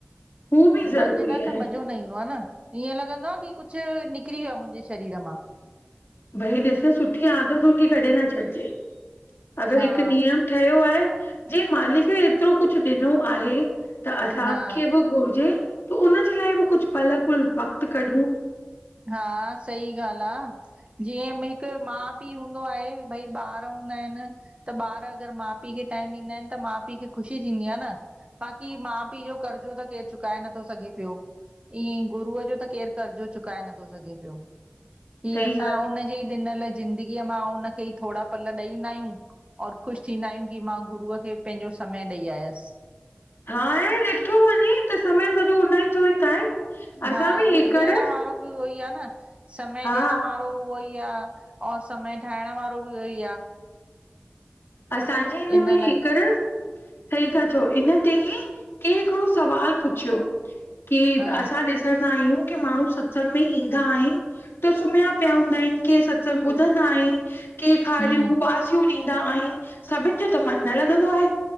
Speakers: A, on the left; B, on the right.
A: हू बि
B: वञ
A: ज़रूरी
B: न त
A: आहे।
B: मजो न ईंदो आहे न ईअं लॻंदो आहे की कुझु निकिरी वियो आहे मुंहिंजे शरीर मां।
A: भई ॾिस सुठी आदतुन खे कॾहिं न छॾिजे। अगरि
B: हा
A: हिकु नियम ठहियो आहे जे मालिक एतिरो कुझु ॾिनो आहे त असांखे
B: हा
A: बि घुरिजे त उनजे लाइ बि कुछ पल कुछ वक़्तु कढूं।
B: हा सही ॻाल्हि आ। जीअं <unintelligible> हिकु माउ पीउ हूंदो आहे, भई ॿार हूंदा आहिनि त ॿार अगरि माउ पीउ खे टाइम ॾींदा आहिनि त माउ पीउ खे ख़ुशी थींदी आहे न। बाकी माउ पीउ जो कर्जो त केरु चुकाए नथो सघे पियो। ईअं ई गुरूअ जो त केर कर्जो चुकाए नथो सघे पियो ही
A: सही
B: असां
A: ॻाल्हि
B: हुनजी ॾिनल जिंदगीअ मां उनखे ई थोरा पल ॾेईंदा आहियूं। और ख़ु़शि थींदा आहियूं की मां गुरूअ खे पंहिंजो समय ॾेई आयसि।
A: हाणे ॾिठो वञे त समय सॼो हुन ई जो ई त आहे।
B: हा
A: असां में हीकर
B: ॾियण वारो बि उहो ई आ न, समय
A: हा
B: ॾियण वारो उहो ई आ और समय ठाहिण वारो बि उहो ई आ।
A: असांजे हिन
B: इन
A: में
B: लाइ
A: हेकर सही था चओ, इन ते ई कंहि हिकिड़ो सुवाल पुछियो! की
B: हा
A: असां ॾिसंदा आहियूं की माण्हू सत्संग में ईंदा आहिनि त सुम्हिया पिया हूंदा आहिनि के सत्संग ॿुधंदा आहिनि के खालियूं
B: हम्म
A: उॿासियूं ॾींदा आहिनि सभिनि जो त मन न लॻंदो आहे